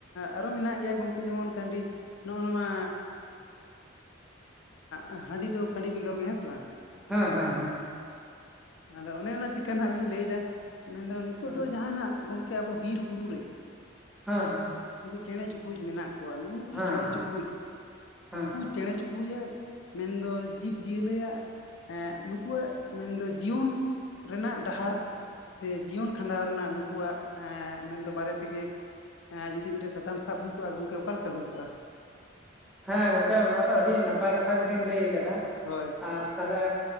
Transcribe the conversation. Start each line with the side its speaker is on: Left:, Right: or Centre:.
Left: ᱟᱨᱚ ᱢᱮᱱᱟᱜ ᱜᱮᱭᱟ ᱜᱚᱝᱠᱮ ᱡᱮᱢᱚᱱ ᱠᱟᱺᱰᱤ ᱱᱚᱜᱼᱚ ᱱᱚᱣᱟ ᱟᱸᱜ ᱦᱟᱺᱰᱤ ᱫᱚ ᱠᱟᱺᱰᱤ ᱵᱮᱜᱚᱨ ᱜᱮ ᱦᱮᱸ ᱥᱮ ᱵᱟᱝ᱾
Centre: ᱦᱮᱸ ᱦᱮᱸ ᱦᱮᱸ ᱦᱮᱸ
Left: ᱟᱫᱚ ᱚᱱᱮ ᱚᱱᱟ ᱪᱤᱠᱟᱹ ᱱᱟᱸᱦᱜ ᱞᱤᱧ ᱞᱟᱹᱭᱫᱟ ᱢᱮᱱᱫᱚ ᱱᱤᱛᱚᱜ
Centre: ᱦᱮᱸ
Left: ᱫᱚ ᱡᱟᱦ ᱦᱜ ᱜᱚᱝᱠᱮ ᱟᱵᱚ ᱵᱤᱨ ᱵᱩᱨᱩ ᱨᱮ
Centre: ᱦᱮᱸ ᱦᱮᱸ
Left: ᱱᱩᱠᱩ ᱪᱮᱬᱮ ᱪᱤᱯᱲᱩᱡ ᱢᱮᱱᱟᱜ ᱠᱚᱣᱟ ᱱᱩᱜᱩ ᱱᱠᱩ
Centre: ᱦᱮᱸ
Left: ᱪᱮᱬᱮ
Centre: ᱦᱮᱸ
Left: ᱪᱩᱯᱲᱩᱡ
Centre: ᱦᱮᱸ
Left: ᱪᱮᱬᱮ ᱪᱩᱯᱲᱩᱡ ᱢᱮᱱᱫᱚ ᱡᱤᱵᱽ ᱡᱤᱭᱟᱹᱞᱤᱭᱟᱜ ᱱᱠᱩᱣᱟᱜ ᱢᱮᱱᱫᱚ ᱡᱤᱭᱚᱱ ᱨᱮᱱᱟᱜ ᱰᱟᱦᱟᱨ ᱥᱮ ᱡᱤᱭᱚᱱ ᱠᱷᱟᱸᱰᱟᱣ ᱨᱮᱱᱟᱜ ᱱᱩᱠᱩᱣᱟᱜ ᱢᱮᱱᱫᱚ ᱵᱟᱨᱮ ᱛᱮᱜᱮ ᱮᱸ ᱡᱩᱫᱤ ᱢᱤᱫᱴᱟᱝ ᱥᱟᱛᱟᱢ ᱥᱟᱵ ᱦᱩᱭ ᱠᱚᱜᱼᱟ ᱜᱚᱝᱠᱮ ᱚᱠᱟ ᱞᱮᱠᱟ ᱦᱩᱭ ᱠᱚᱜᱼᱟ?
Centre: ᱦᱮᱸ ᱜᱚᱝᱠᱮ ᱚᱱᱟ ᱫᱚ ᱟᱹᱰᱤ ᱱᱟᱯᱟᱭ ᱠᱟᱛᱷᱟ ᱜᱮᱵᱤᱱ ᱞᱟᱹᱭ ᱠᱟᱫᱟ᱾
Left: ᱦᱳᱭ
Centre: ᱟᱨ ᱛᱟᱦᱚᱞᱮ